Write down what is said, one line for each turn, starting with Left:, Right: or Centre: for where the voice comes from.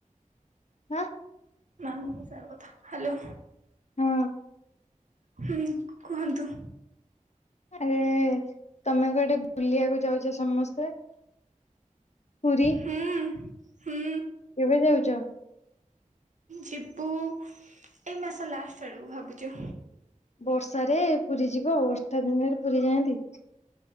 Left: ହାଁ
Right: ନ ମୁଁ ସାର୍ କଥା ହ୍ୟାଲୋ
Left: ହଁ
Right: ହୁଁ କୁହନ୍ତୁ।
Left: ଆରେ ତମେ ଗୋଟେ ବୁଲିବାକୁ ଯାଉଛେ ସମସ୍ତେ ପୁରୀ
Right: ହୁଁ ହୁଁ
Left: କେବେ ଯାଉଛ?
Right: ଯିବୁ ଏଇ ମାସ ଲାଷ୍ଟ ଆଡକୁ ଭାବୁଛୁ।
Left: ବର୍ଷାରେ ପୁରୀ ଯିବ ଆଉ, ବର୍ଷା ଦିନରେ ପୁରୀ ଯାଆନ୍ତି।